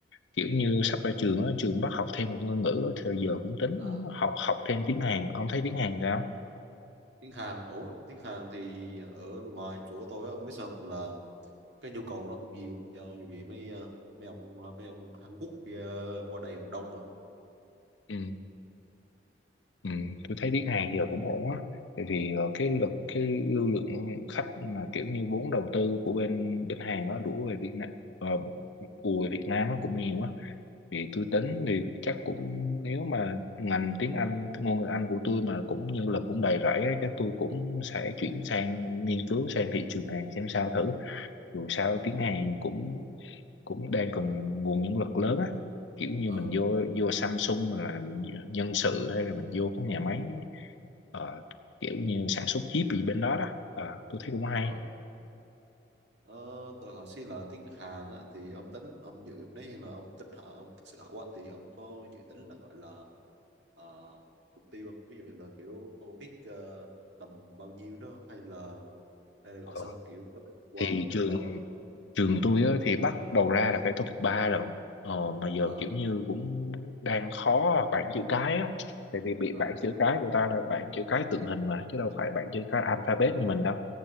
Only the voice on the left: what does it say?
kiểu như sắp ra trường á trường bắt học thêm một ngôn ngữ á, thì giờ cũng tính
học học thêm tiếng Hàn ông thấy tiếng Hàn sao
ừ Ừ, tôi thấy tiếng Hàn giờ cũng ổn á tại vì ờ, cái lực cái lưu lượng khách mà kiểu như vốn đầu tư của bên bên Hàn nó đổ về Việt Nam uh, ùa về Việt Nam nó cũng nhiều á thì tôi tính thì chắc cũng nếu mà ngành tiếng Anh ngôn ngữ Anh của tôi mà cũng nhân lực cũng đầy rẫy á chắc tôi cũng sẽ chuyển sang nghiên cứu sang thị trường Hàn xem sao thử dù sao
tiếng Hàn cũng cũng đang cần nguồn nhân lực lớn á kiểu như
mình vô vô Samsung mình là nhân sự hay là mình vô các nhà máy ờ, kiểu như sản xuất chip gì bên đó đó Ờ, tôi thấy cũng hay
Ờ,
thì
trường
trường tôi á, thì bắt đầu ra là phải tốt nghiệp ba lận ờ, mà
giờ kiểu như cũng đang khó à, bảng chữ cái á tại vì bị
bảng chữ cái của ta là bảng chữ cái tượng hình mà chứ đâu phải bảng chữ cái alphabet như mình đâu